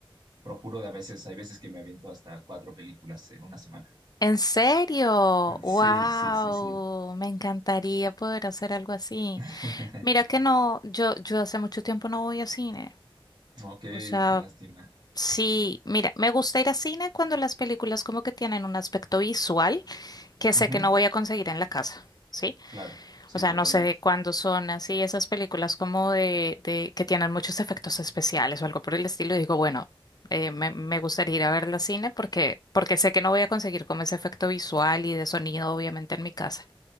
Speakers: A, on the right (about 50°); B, on the left (about 45°).
A: procuro de a veces, hay veces que me aviento hasta cuatro películas en una semana.
B: ¿En serio?
A: <laughs>
B: ¡Wow!
A: Sí, sí, sí, sí.
B: Me encantaría poder hacer algo así.
A: <laughs>
B: Mira que no, yo, yo hace mucho tiempo no voy a cine.
A: Ok,
B: O sea,
A: qué lástima.
B: sí, mira, me gusta ir a cine cuando las películas como que tienen un aspecto visual que sé
A: Ujú,
B: que no voy a conseguir en la casa. ¿sí?
A: Claro, sí,
B: O sea,
A: totalmente.
B: no sé de cuándo son así esas películas como de, de que tienen muchos efectos especiales o algo por el estilo. y Digo, bueno, eh, me, me gustaría ir a ver la cine porque, porque sé que no voy a conseguir como ese efecto visual y de sonido, obviamente, en mi casa.